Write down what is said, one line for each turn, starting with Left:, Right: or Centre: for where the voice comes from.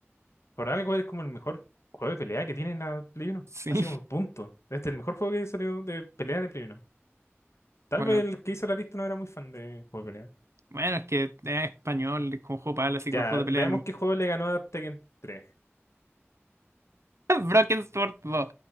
Left: por algo es como el mejor juego de pelea que tiene la Play Uno,
Right: Sí,
Left: Así como punto. Este es el mejor juego que salió de pelea de Play Uno. Tal
Right: bueno,
Left: vez el que hizo la lista no era muy fan de juego de pelea.
Right: bueno, es que es español, es como juego para así
Left: Ya,
Right: que los juegos
Left: veamos
Right: de pelea. nunca-
Left: qué juego le ganó a Tekken 3.
Right: <laughs> Broken Sword 2,